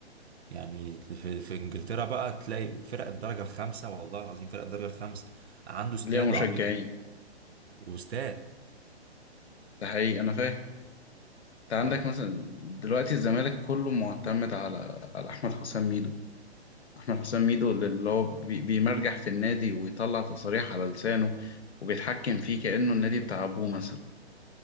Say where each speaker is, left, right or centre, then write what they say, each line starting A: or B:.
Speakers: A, on the right; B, on the left.
A: يعني في, في انجلترا بقى تلاقي فرق الدرجة الخامسة والله العظيم فرق الدرجة الخامسة عنده استاد
B: ليها مشجعين
A: وعنده واستاد
B: ده حقيقي انا فاهم انت
A: ف
B: عندك مثلا دلوقتي الزمالك كله معتمد على على احمد حسام ميدو احمد حسام ميدو اللي هو بي- بيمرجح في النادي ويطلع تصاريح على لسانه وبيتحكم فيه كأنه النادي بتاع ابوه مثلا